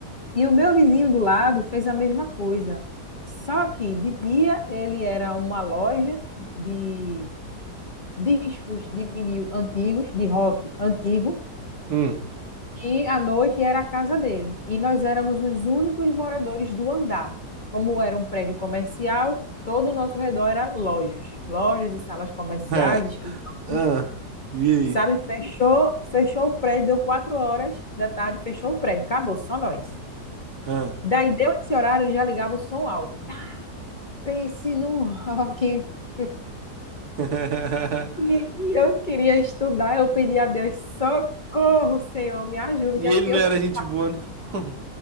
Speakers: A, on the left; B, on the right.
A: E o meu vizinho do lado fez a mesma coisa. Só que de dia ele era uma loja de discos de vinil antigos, de rock antigo,
B: hum.
A: e à noite era a casa dele. E nós éramos os únicos moradores do andar. Como era um prédio comercial, todo o nosso redor era lojas, lojas e salas comerciais,
B: Ah,
A: escritórios.
B: ah, e aí?
A: Sabe, fechou, fechou o prédio, deu quatro horas da tarde, fechou o prédio, acabou, só nós.
B: Ah.
A: Daí deu esse horário, ele já ligava o som alto. Pense num <laughs> rock. E
B: <laughs>
A: e eu queria estudar, eu pedi a Deus, socorro, Senhor, me ajuda,
B: E
A: o que é
B: ele
A: que
B: não
A: eu
B: era
A: faço?
B: gente boa, não. <laughs>